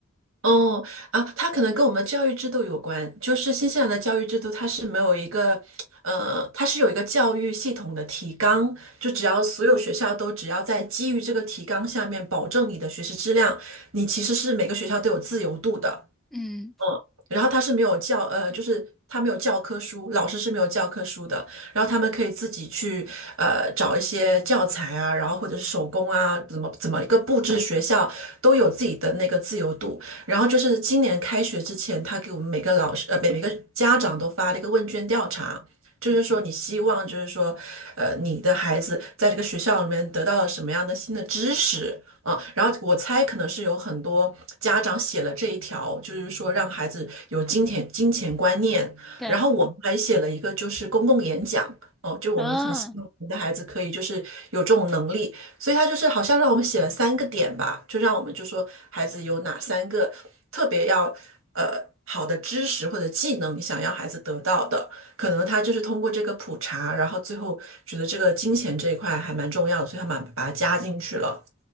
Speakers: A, on the right; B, in the centre.
A: 哦啊，它可能跟我们教育制度有关。就是新西兰的教育制度，它是没有一个，呃，它是有一个教育系统的提纲，就只要所有学校都只要在基于这个提纲下面保证你的学习质量，你其实是每个学校都有自由度的。
B: 嗯，
A: 嗯，然后他是没有教，呃，就是他没有教科书，老师是没有教科书的，然后他们可以自己去呃找一些教材啊，然后或者是手工啊，怎么怎么一个布置学校都有自己的那个自由度。然后就是今年开学之前，他给我们每个老师呃每每个家长都发了一个问卷调查。就是说，你希望，就是说，呃，你的孩子在这个学校里面得到了什么样的新的知识，啊，然后我猜可能是有很多家长写了这一条，就是说让孩子有金钱金钱观念。
B: 对，
A: 然后我们还写了一个就是公共演讲，哦，就我们很希望我们的孩子可以就是有这种能力，
B: 啊。
A: 所以他就是好像让我们写了三个点吧，就让我们就说孩子有哪三个特别要呃好的知识或者技能，你想要孩子得到的，可能他就是通过这个普查，然后最后觉得这个金钱这一块还蛮重要的，所以他把把它加进去了。